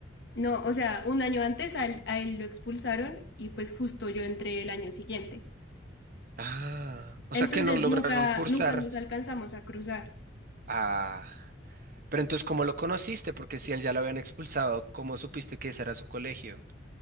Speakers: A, on the left (about 65°); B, on the right (about 50°).
A: no, o sea, un año antes a él, a él lo expulsaron y pues justo yo entré el año siguiente.
B: Ah, o
A: Entonces
B: sea que no lograron
A: nunca,
B: cursar.
A: nunca nos alcanzamos a cruzar.
B: Ah, pero entonces, ¿cómo lo conociste? Porque si él ya lo habían expulsado, ¿cómo supiste que ese era su colegio?